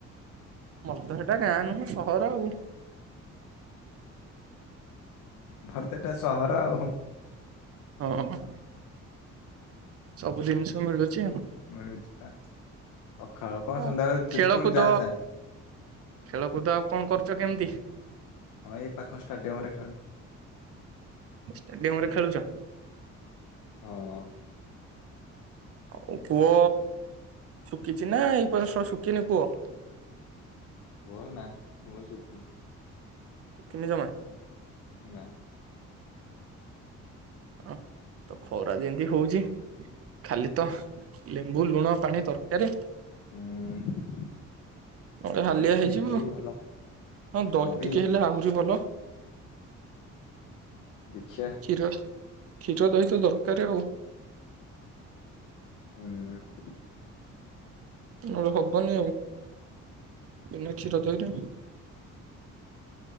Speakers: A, on the right (about 50°); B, on the left (about 85°).
A: ମୋର୍ ତ ସେଟା ଗାଁ ନୁହଁ ସହର ଆଉ।
B: ଆମର ତ ଏଟା ସହର ଆଉ ହୁଁ।
A: ହଁ ସବୁ ଦିନିଷ ମିଳୁଚି ଆଉ।
B: ମିଳୁଛି ପା ସକାଳ
A: ଆଉ
B: କଁ ସନ୍ଧ୍ୟାଅଳେ
A: ଖେଳକୁଦ
B: ଯେତଳେ ଯାହା ଚାହ୍ନି <unintelligible>
A: ଖେଳକୁଦ ଆଉ କଁ କରୁଛ କେମ୍ତି?
B: ହଁ ଏଇ ପାଖ ଷ୍ଟାଡିୟମ ରେ ଖେଳୁ।
A: ଷ୍ଟାଡିୟମ୍ ରେ ଖେଳୁଚ?
B: ହଁ।
A: ଆଉ କୂଅ ଶୁଖିଚି ନା ଏ <unintelligible> ଶୁଖିନି କୂଅ?
B: କୁହ ନା କୂଅ ଶୁଖୁନି।
A: ଶୁଖିନି ଜମା?
B: ନା।
A: ଅଁ ତ ଖରା ଯେମ୍ତି ହଉଚି ଖାଲି ତ ଲେମ୍ବୁ ଲୁଣ ପାଣି ଦରକାରେ।
B: ହୁଁ
A: ନହେଲେ
B: ଦହି
A: ହାଲିଆ
B: ଟିକେ
A: ହେଇଯିବୁ
B: ହେଲେ
A: ଆଉ।
B: ବି ଭଲ
A: ହଁ
B: ଦହି।
A: ଟିକେ ହେଲେ ଆହୁରି ଭଲ
B: ଦେଖିଆ।
A: କ୍ଷୀର କ୍ଷୀର ଦହି ତ ଦରକାର ଆଉ।
B: ହୁଁ
A: ନହେଲେ ହବନି ଆଉ। ବିନା କ୍ଷୀର ଦହି ରେ।